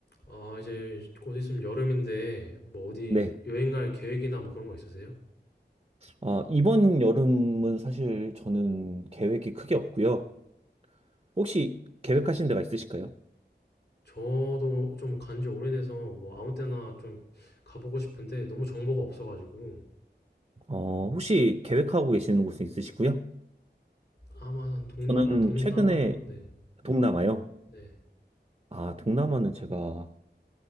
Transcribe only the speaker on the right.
네.
아, 이번 여름은 사실 저는 계획이 크게 없고요. 혹시 계획하신 데가 있으실까요?
어, 혹시 계획하고 계시는 곳은 있으시고요?
저는
최근에
동남아요.
아, 동남아는 제가